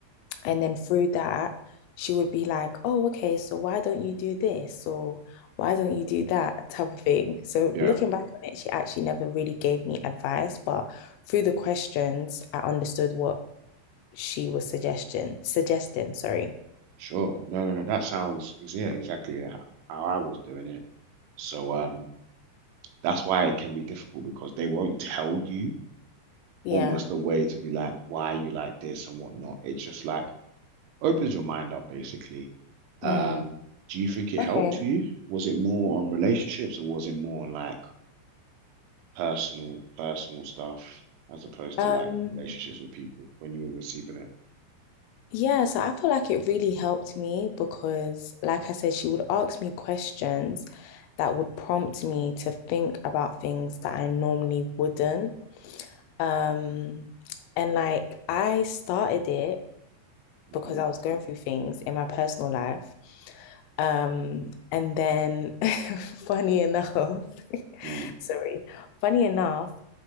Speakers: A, on the left; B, on the right.
A: And then through that, she would be like, oh, okay, so why don't you do this? Or why don't you do that type of thing? So
B: yeah,
A: looking back on it, she actually never really gave me advice, but through the questions, I understood what she was suggesting, suggesting, sorry.
B: sure. No, no, no. That sounds is yeah, exactly how how I was doing it. So um that's why it can be difficult because they won't tell you
A: Yeah.
B: almost a way to be like why you like this and whatnot. It's just like opens your mind up basically. Um,
A: Mm.
B: do you think it
A: Okay.
B: helped you? Was it more on relationships or was it more on like personal personal stuff as opposed
A: Um,
B: to like relationships with people when you were receiving it?
A: yeah, so I feel like it really helped me because, like I said, she would ask me questions that would prompt me to think about things that I normally wouldn't. Um, and like I started it
B: hmm
A: because I was going through things in my personal life. Um, and then <laughs> funny enough, <laughs>
B: Mm,
A: sorry, funny enough,